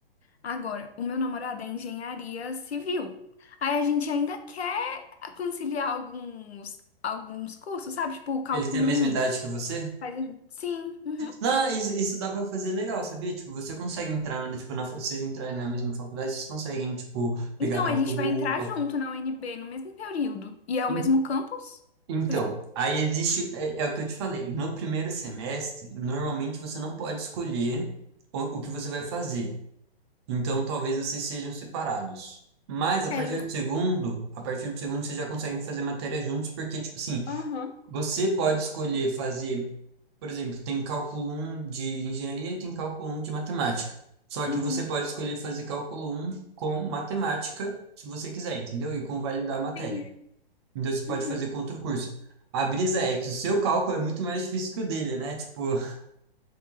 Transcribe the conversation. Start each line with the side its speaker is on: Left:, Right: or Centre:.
Left: Agora, o meu namorado é engenharia civil. Aí a gente ainda quer conciliar alguns, alguns cursos, sabe? Tipo, o cálculo
Right: Ele tem a mesma
Left: um
Right: idade que você?
Left: Faz a- Sim, uhum.
Right: Não, isso, isso dá pra fazer legal, sabia? Tipo, você consegue entrar, né, tipo, na, fa- vocês entrarem na mesma faculdade, vocês conseguem, tipo, pegar
Left: Então
Right: cálculo
Left: a gente vai entrar
Right: 1, cálculo...
Left: junto na UNB no mesmo período. E é
Right: En-
Left: o mesmo campus?
Right: Então,
Left: Só tipo.
Right: aí existe, é, é o que eu te falei, no primeiro semestre, normalmente você não pode escolher o, o que você vai fazer. Então talvez vocês sejam separados. Mas a
Left: É
Right: partir
Left: justo.
Right: do segundo, a partir do segundo vocês já conseguem fazer matéria juntos, porque, tipo assim,
Left: Aham.
Right: você pode escolher fazer, por exemplo, tem cálculo um de engenharia e tem cálculo um de matemática. Só
Left: Uhum.
Right: que você pode escolher fazer cálculo um com matemática, se você quiser, entendeu? E com validar a matéria.
Left: Entendi.
Right: Então você pode
Left: Uhum.
Right: fazer com outro curso. A brisa é que o seu cálculo é muito mais difícil que o dele, né? Tipo, <laughs>